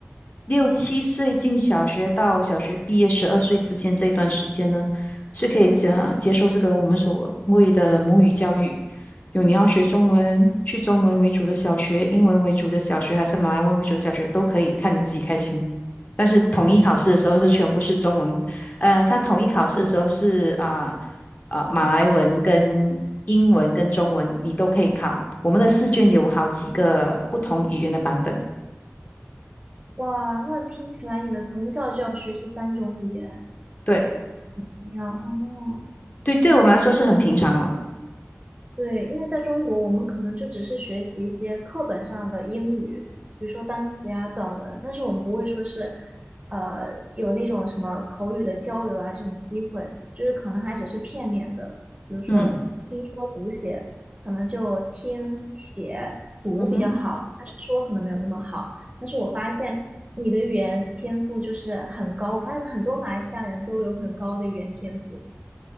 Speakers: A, on the left (about 35°); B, on the right (about 30°).
A: 六七岁进小学到小学毕业十二岁之间这一段时间呢，是可以接接受这个我们所谓的母语教育。有你要学中文，去中文为主的小学、英文为主的小学，还是马来文为主的小学，都可以，看你自己开心。但是统一考试的时候是全部是中文，呃，他统一考试的时候是啊啊、马来文跟英文跟中文你都可以考。我们的试卷有好几个不同语言的版本，
B: 哇，那听起来你们从小就要学习三种语言
A: 对
B: 一样哦。
A: 对，对我们来说是很平常了。
B: 对，因为在中国，我们可能就只是学习一些课本上的英语，比如说单词呀、短文，但是我们不会说是，呃，有那种什么口语的交流啊这种机会，就是可能还只是片面的，比如说听说读写，
A: 嗯
B: 可能就听写读比较好，
A: 嗯哼。
B: 但是说可能没有那么好。但是我发现你的语言天赋就是很高，我发现很多马来西亚人都有很高的语言天赋。